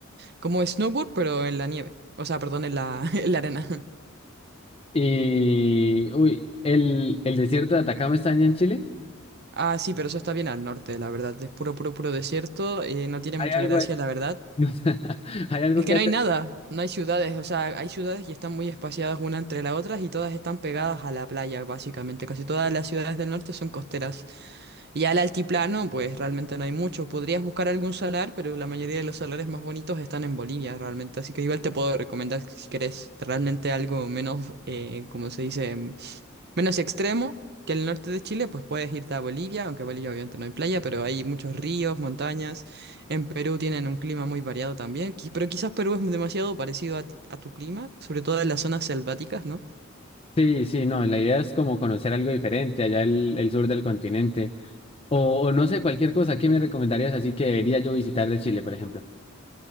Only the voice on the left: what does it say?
Y, uy, ¿el, el desierto de Atacama está allá en Chile?
Hay
algo,
ahí-
<laughs> hay algo
que
hacer.
Sí, sí, no, la idea es como conocer algo diferente allá el, el sur del continente. O, o no sé, cualquier cosa que me recomendarías así que debería yo visitar de Chile, por ejemplo.